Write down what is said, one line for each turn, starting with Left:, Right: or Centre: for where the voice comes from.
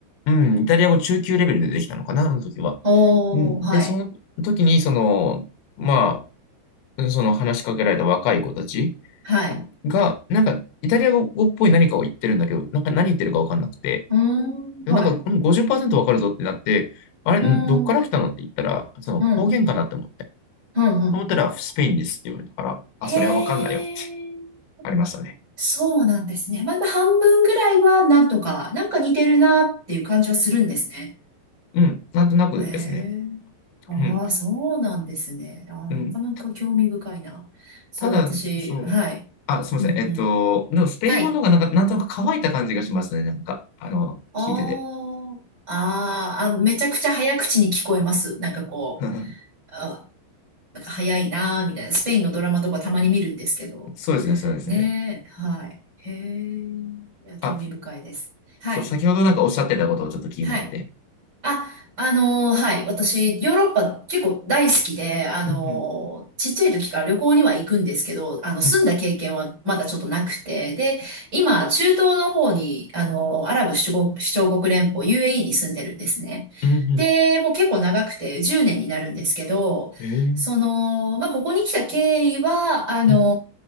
Left: うん、イタリア語中級レベルでできたのかな、あの時は。
Right: おー、
Left: うんで、
Right: はい。
Left: その時にその、まあ、その話しかけられた若い子たち
Right: はい。
Left: が、なんかイタリア語っぽい何かを言ってるんだけど、なんか何言ってるかわかんなくて、
Right: うーん、
Left: で、
Right: はい。
Left: なんか、うん、50%わかるぞってなって、あれ、
Right: うーん、
Left: んどっから来たのって言ったら、
Right: うん、
Left: その方言かなって思って。
Right: うん、うん。
Left: と思ったら、スペインですって言われたから、あ、
Right: へえ、
Left: それはわかんないよってありましたね。
Right: そうなんですね。まあ、まあ半分ぐらいはなんとか、なんか似てるなっていう感じはするんですね。
Left: うん、なんとなくですね。
Right: へえ、ああ、
Left: うん、
Right: そうなんですね。ああ、
Left: うん。
Right: なかなか興味深いな。そう、
Left: ただ、
Right: 私、
Left: そう、
Right: はい。
Left: あ、すみません。
Right: うん、
Left: えっと、
Right: うん。
Left: でもスペイン語の方がなんか、
Right: はい。
Left: なんとなく乾いた感じがしますね。なんか、あの、
Right: あーあー、
Left: 聞いてて。
Right: あ、めちゃくちゃ早口に聞こえます。なんかこう、
Left: <laughs>
Right: あ、なんか早いなーみたいな。スペインのドラマとかたまに見るんですけど。
Left: そうですね、そうですね。
Right: ねえ、はい。へえ、いや、興味深いです。
Left: あ、
Right: はい、
Left: そう、先ほどなんかおっしゃってたことをちょっと気になって。
Right: はい。あ、あのーはい。私、ヨーロッパ結構大好きで、あのーちっちゃい時から旅行には行くんですけど、
Left: うんうん、
Right: あの、住んだ経験はまだちょっとなくて、
Left: うん、
Right: で、今、中東の方に、あのーアラブ首長首長国連邦 UAE に住んでるんですね。
Left: うん、うん、
Right: で、もう結構長くて10年になるんですけど、
Left: へえ、
Right: その、まあ、ここに来た経緯は、あの
Left: うん、